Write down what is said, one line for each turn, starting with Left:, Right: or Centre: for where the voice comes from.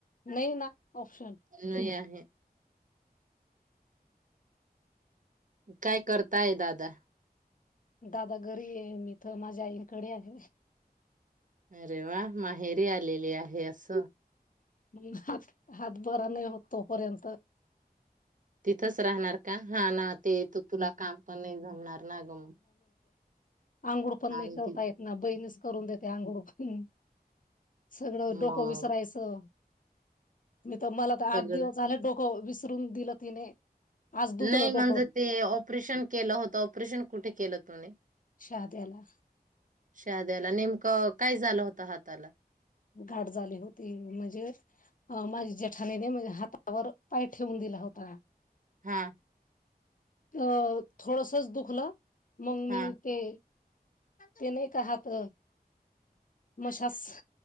Left: नाही ना ऑप्शन.
Right: नाही आहे काय करताय दादा
Left: दादा घरी आहे, मीतर माझ्या आईकडे आहे.
Right: अरे वा माहेरी आलेली आहे अस
Left: म हात हात बरा नाही होतो. तोपर्यंत.
Right: तिथंच राहणार, का हा ना ते येतो तुला काम पण नाही जमणार ना ग
Left: अंघोळ पण
Right: आणि
Left: नाही करता
Right: ति
Left: येत, ना बहीणीच करून देते अंघोळ पण सगळं
Right: मग
Left: डोकं विचारायचं मी तर मला तर आठ
Right: सगळं
Left: दिवस झाल डोकं विसरून दिलं तिने आज दुतलं
Right: नाही
Left: डोकं
Right: म्हणजे ते ऑपरेशन केलं होतं. ऑपरेशन कुठे केलं तुने
Left: शहाद्याला
Right: शहाद्याला नेमकं अ काय झालं होत हाताला.
Left: गाठ झाली होती म्हणजे, अ माझी जेठाणीने माझ्या हातावर पाय ठेवून दिला होता.
Right: हा
Left: अ थोडासाच दुखल. मगमी
Right: हा
Left: ते! ते नाही का हात मसाज.